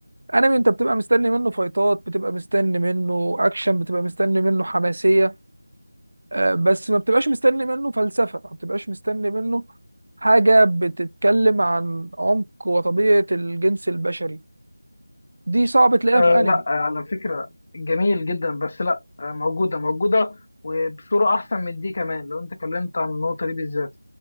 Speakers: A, on the right; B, on the left.
A: انمي انت بتبقى مستني منه فايتات بتبقى مستني منه اكشن بتبقى مستني منه حماسيه آه، بس ما بتبقاش مستني منه فلسفه ما بتبقاش مستني منه حاجه بتتكلم عن عمق وطبيعه الجنس البشري دي صعب تلاقيها
B: آه
A: في انمي
B: لا آه، على فكره جميل جدا بس لا آه موجوده موجوده وبصوره احسن من دي كمان لو انت اتكلمت عن النقطه دي بالذات